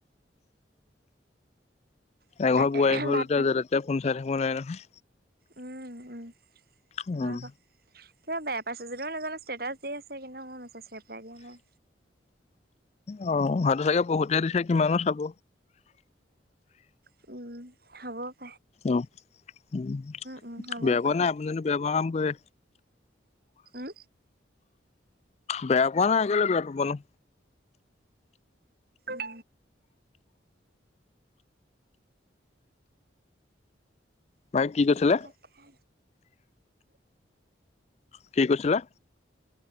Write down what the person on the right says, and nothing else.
নাছিল
ভাত
পানী
উম উম
হয় বাৰু কিবা বেয়া পাইছে যদিও নাজানো ষ্টেটাছ দি আছে কিন্তু মোৰ মেছেজ ৰিপ্লাই দিয়া নাই
হম হ'ব
উম হ'বও
পাৰে
উম
উম
তাকে